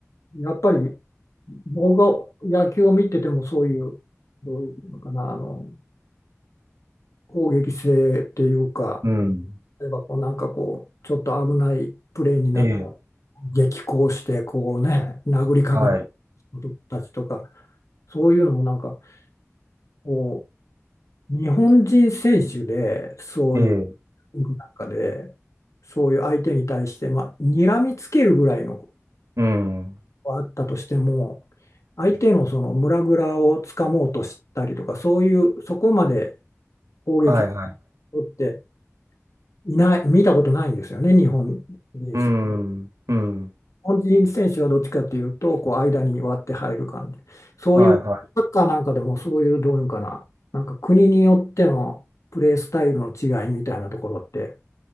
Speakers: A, on the left; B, on the right.
A: やっぱり僕が野球を見ててもそういう、どういうのかな、あの攻撃性っていうか、
B: うん。
A: 例えばこうなんかこう、ちょっと危ないプレーになったら
B: ええ、
A: 激高して、こうね、殴りかかる
B: はい、
A: 人たちとか、そういうのもなんかこう、日本人選手でそういう
B: ええ、
A: なんかで、そういう相手に対して、まあ、睨みつけるぐらいのこ
B: うん、
A: とはあったとしても、相手のその胸ぐらをつかもうとしたりとか、そういう、そこまで攻撃
B: はい、はい、
A: をっていない、見たことないんですよね、日本人選手。
B: うん、
A: 日
B: うん、
A: 本人選手はどっちかというと、こう間に割って入る感じ。そういう、
B: はい、はい。
A: サッカーなんかでもそういう、どういうのかな、なんか国によってのプレースタイルの違いみたいなところって